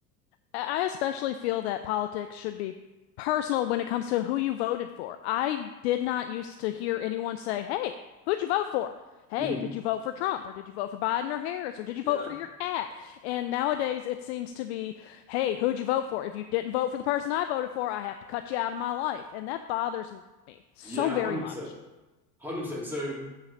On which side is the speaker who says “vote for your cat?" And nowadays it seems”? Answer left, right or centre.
Left